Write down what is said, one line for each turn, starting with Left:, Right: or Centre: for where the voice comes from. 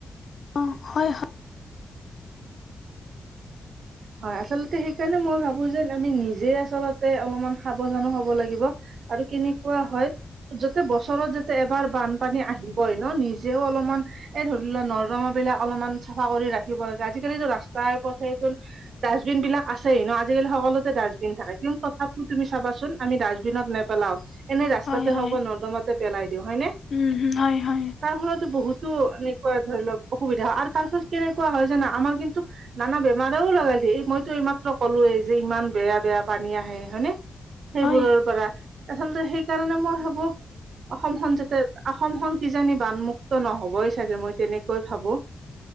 Left: অ' হয় হয়।
Right: হয়, আচলতে সেইকাৰণে মই ভাবোঁ যে আমি নিজে আচলতে অলপমান সাৱধানো হ'ব লাগিব। আৰু কেনেকুৱা হয় যাতে বছৰত যাতে এবাৰ বানপানী আহিবই ন' নিজেও অলপমান এই, ধৰি লোৱা নৰ্দমাবিলাক অলপমান চাফা কৰি ৰাখিব লাগে, আজিকালিতো ৰাস্তাই পথেতো ডাষ্টবিনবিলাক আছেই ন' আজিকালি সকলোতে ডাষ্টবিন থাকে কিন্তু তথাপিও তুমি চাবাচোন আমি ডাষ্টবিনত নেপেলাওঁ। এনেই ৰাস্তাতে
Left: হয় হয়
Right: হওঁক বা নৰ্দমাতে পেলাই দিওঁ হয়নে?
Left: উম হম হয় হয়
Right: তাৰফলত বহুত বহুতো এনেকুৱা ধৰি লওঁক অসুবিধা হয় আৰু তাৰ ফলত কেনেকুৱা হয় জানা আমাৰ কিন্তু নানা বে মাদাও লগাল দিয়ে, মইতো এইমাত্ৰ কলোৱেই যে ইমান বেয়া-বেয়া পানী আহে হয়নে? সেইবোৰৰ
Left: হয়
Right: পৰা, আচলতে সেইকাৰণে মই ভাবোঁ অসমখন যাতে, অসমখন কিজানি বানমুক্ত নহবই চাগে মই তেনেকৈ ভাবোঁ।